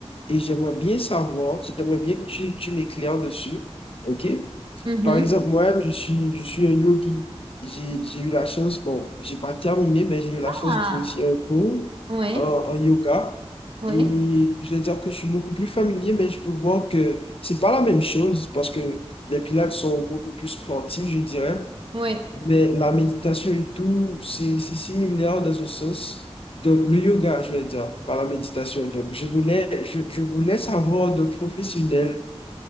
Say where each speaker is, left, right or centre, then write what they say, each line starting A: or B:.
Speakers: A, on the left; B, on the right.
A: et j'aimerais bien savoir, j'aimerais bien que tu, tu m'éclaires dessus, OK?
B: mhm.
A: Par exemple, moi-même, je suis, je suis un yogi. J'ai, j'ai eu la chance, bon, j'ai pas terminé, mais j'ai eu la
B: Ah,
A: chance d'initier un cours
B: ouais,
A: en, en yoga.
B: ouais,
A: Et je vais dire que je suis beaucoup plus familier, mais je peux voir que c'est pas la même chose parce que les pilates sont beaucoup plus sportifs, je dirais.
B: ouais.
A: Mais la méditation et tout, c'est, c'est similaire dans ce sens. Donc, le yoga, je vais dire, par la méditation. Donc, je voulais, je, je voulais savoir de professionnels